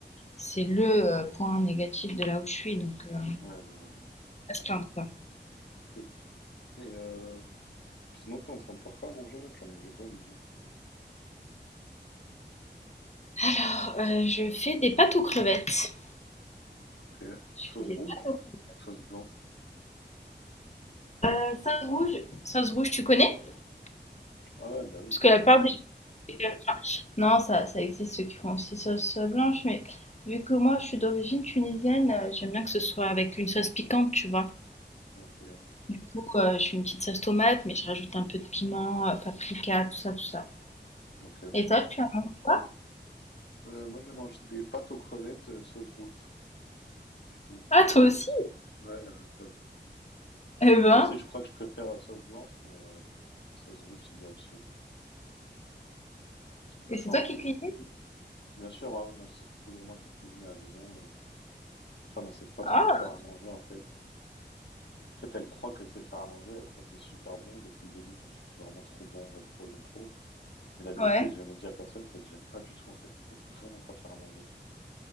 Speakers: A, on the left (about 40°); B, on the left (about 70°).
A: c'est le euh, point négatif de là où je suis, donc euh,
B: Ouais, je vois, je vois.
A: à se plaindre, quoi.
B: OK, OK. Et heu, sinon, t'es en train de faire quoi à manger, là? Tu vas manger quoi à midi?
A: Alors, euh, je fais des pâtes aux crevettes.
B: OK.
A: Je
B: Sauce
A: fais des
B: rouge?
A: pâtes aux crevettes.
B: Sauce blanche?
A: Euh, Sauce rouge, sauce rouge, tu connais?
B: Ah ouais, bah oui,
A: Parce
B: bah,
A: que
B: on
A: la
B: mange
A: part
B: la même chose.
A: Enfin, non, ça, ça existe ceux qui font aussi sauce euh, blanche, mais vu que moi je suis d'origine tunisienne, euh, j'aime bien que ce soit avec une sauce piquante, tu vois.
B: OK,
A: Du coup, euh, je fais une petite sauce tomate, mais je rajoute un peu de piment, euh, paprika, tout ça, tout ça.
B: OK, OK.
A: Et toi, tu en manges quoi?
B: Heu, moi, je vais manger des pâtes aux crevettes, heu, sauce rouge. Du coup,
A: Ah,
B: la même
A: toi
B: chose.
A: aussi?
B: Ouais, la même chose.
A: Eh ben,
B: Même si je crois que je préfère la sauce blanche, mais euh, la sauce rouge, c'est bien aussi. Ça
A: et
B: change.
A: c'est toi qui cuisines?
B: Bien sûr, hein, moi, c'est toujours moi qui cuisine à la maison. Euh. Enfin, elle sait pas
A: Ah,
B: trop faire à manger, en fait. En fait, elle croit qu'elle sait faire à manger, elle croit que c'est super bon. Depuis le début, je lui dis, c'est vraiment trop bon, j'aime trop, j'aime trop. Mais la vérité
A: ouais.
B: que j'ai jamais dit à personne, c'est que j'aime pas du tout, en fait. Elle sait vraiment pas faire à manger.